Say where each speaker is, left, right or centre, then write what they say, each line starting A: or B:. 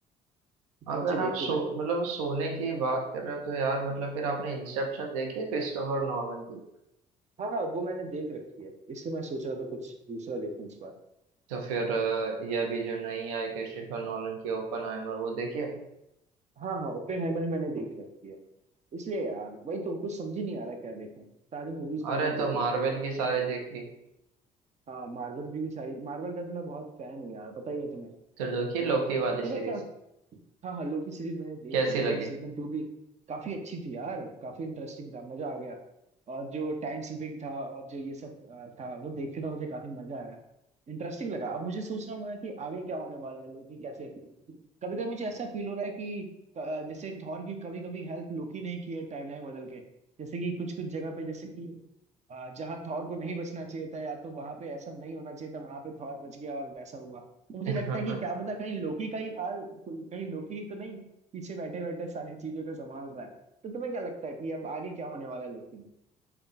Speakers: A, on the right; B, on the right.
A: में? कौन
B: अगर
A: सी
B: आप
A: देखूं
B: सो
A: मैं
B: मतलब सोने की बात कर रहे हो तो यार मतलब फिर आपने इंसेप्शन देखी है क्रिस्टोफर नॉलन की
A: हाँ हाँ वो मैंने देख रखी है इसलिए मैं सोच रहा था कुछ दूसरा देखूं इस बार
B: तो फिर अ, ये अभी जो नई आई क्रिस्टोफर नॉलन की ओपनहाइमर वो देखिए
A: हाँ हाँ ओपेनहाइमर भी मैंने देख रखी है इसलिए यार वही तो कुछ समझ ही नहीं आ रहा क्या देखूं सारी मूवीज तो मैंने
B: अरे
A: देख
B: तो मार्वल
A: रखी है
B: की सारी देख ली
A: हाँ मार्वल की भी सारी मार्वल का तो मैं बहुत फैन हूँ यार पता ही है तुम्हें
B: तो देखी लोकी वाली
A: तुम्हें
B: सीरीज
A: क्या हाँ हाँ लोकी सीरीज मैंने देख
B: कैसी
A: ली है।
B: लगी
A: अभी सीजन टू भी काफी अच्छी थी यार काफी इंटरेस्टिंग था मजा आ गया और जो टाइम स्लिपिंग था और जो ये सब अ, था वो देखने का मुझे काफी मजा आया इंटरेस्टिंग लगा अब मुझे सोचना हुआ है कि आगे क्या होने वाला है लोकी कैसे कभी कभी मुझे ऐसा फील हो रहा है कि अ, जैसे थॉर की कभी कभी हेल्प लोकी नहीं की है टाइमलाइन बदल के जैसे कि कुछ कुछ जगह पे जैसे कि अ, जहाँ थॉर को नहीं बचना चाहिए था या तो वहां पे ऐसा नहीं होना चाहिए था वहां पे थॉर बच गया और वैसा हुआ तो मुझे
B: <laughs>
A: लगता है कि क्या पता कहीं लोकी का ही हाल कहीं लोकी ही तो नहीं पीछे बैठे बैठे सारी चीजों को संभाल रहा है तो तुम्हें क्या लगता है कि अब आगे क्या होने वाला है लोकी में